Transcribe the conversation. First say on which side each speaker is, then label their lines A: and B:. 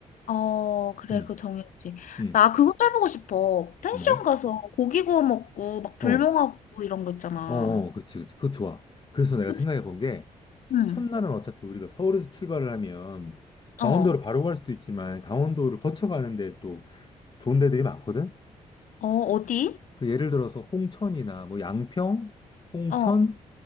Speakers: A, on the left; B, on the left.
A: 어, 그래,
B: 음,
A: 그거 정해야지.
B: 음,
A: 나 그것도 해보고 싶어. 펜션
B: 뭐?
A: 가서 고기 구워 먹고, 막 불멍하고
B: 어,
A: 이런 거 있잖아.
B: 어, 어, 그렇지, 그렇지. 그거 좋아. 그래서 내가
A: 그치?
B: 생각해 본 게,
A: 응,
B: 첫날은 어차피 우리가 서울에서 출발을 하면, 강원도로
A: 어,
B: 바로 갈 수도 있지만, 강원도를 거쳐가는데 또 좋은 데들이 많거든?
A: 어, 어디?
B: 그 예를 들어서 홍천이나 뭐 양평, 홍천,
A: 어,